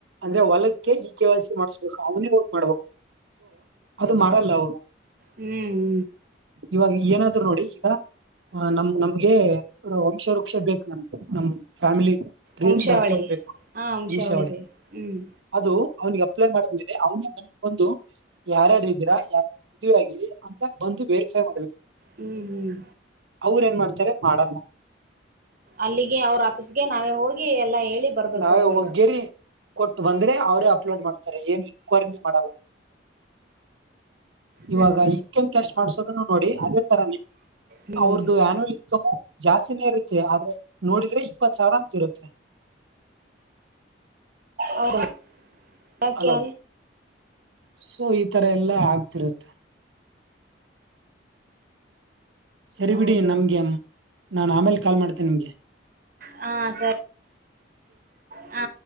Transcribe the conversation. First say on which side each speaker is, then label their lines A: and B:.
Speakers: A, on the right; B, on the right.
A: ಅಂದ್ರೆ ಹೊಲಕ್ಕೆ ಈ ಕೆ ವೈ ಸಿ ಮಾಡ್ಸ್ಬೇಕು ಅವನೇ ಹೋಗ್ ಮಾಡ್ಬೇಕು ಅದು ಮಾಡಲ್ಲ ಅವರು
B: ಹ್ಮ್
A: ಇವಾಗ ಏನಾದ್ರು ನೋಡಿ ಈಗ ಆ ನಮ್ ನಮ್ಗೆ ವಂಶ ವೃಕ್ಷ ಬೇಕು ನಮ್ಗೆ ನಮ್ ಫ್ಯಾಮಿಲಿ ಬ್ರ
B: ವಂಶಾವಳಿ
A: ಡಾಕ್ಯುಮೆಂಟ್ ಬೇಕು
B: ಹಾ
A: ವಂಶಾವಳಿ
B: ಬಿ ಹ್ಮ್
A: ಅದು ಅವನಿಗೆ ಅಪ್ಲೈ ಮಾಡಿದ್ಮೇಲೆ ಅವನ ಮ ಒಂದು ಯಾರಾರ ಇದೀರಾ ಯಾರ ಮದ್ ಆಗಿರಿ ಅಂತ ಬಂದು ವೇರಿಫೈ ಮಾಡ್ಬೇಕು
B: ಹ್ಮ್ ಹ್ಮ್
A: ಅವ್ರ ಏನ್ ಮಾಡ್ತಾರೆ ಮಾಡಲ್ಲ
B: ಅಲ್ಲಿಗೆ ಅವ್ರ ಆಫೀಸ್ಗೆ ನಾವೇ ಹೋಗಿ ಎಲ್ಲಾ ಹೇಳಿ ಬರ್ಬೇಕು
A: ನಾವೇ
B: ಕೊಟ್ಟು ಬರ್ಬೇಕು
A: ಹೋಗಗ್ಯರಿ ಕೊಟ್ಟು ಬಂದ್ರೆ ಅವ್ರೇ ಅಪ್ಲೋಡ್ ಮಾಡ್ತಾರೆ ಏನ್ ಕರ್ಮಿ ಮಾಡಲ್ಲ ಇವಾಗ
B: ಹ್ಮ್
A: ಮ್ ಕ್ಯಾಶ್ ಮಾಡ್ಸೋದನ್ನು ನೋಡಿ ಅದೇ ತರನೇ
B: ಹ್ಮ್
A: ಅವ್ರ್ದ ಆಲ್ ಇನ್ಕಮು ಜಾಸ್ತಿನೇ ಇರುತ್ತೆ ಆದ್ರೆ ನೋಡಿದ್ರೆ ಇಪ್ಪತ್ ಸಾವಿರ ಅಂತ ಇರುತ್ತೆ
B: ಹೌದು ಯಾಕೆ
A: ಅಲೋ ಸೊ ಈ ತರ ಎಲ್ಲಾ ಆಗ್ತಿರುತ್ತೆ ಸರಿ
B: ಹೌದೌದು
A: ಬಿಡಿ ನಮ್ಗೆ ನಾನ್ ಆಮೇಲೆ ಕಾಲ್ ಮಾಡ್ತೇನೆ ನಿಮ್ಗೆ
B: ಹಾ ಸರಿ ಹ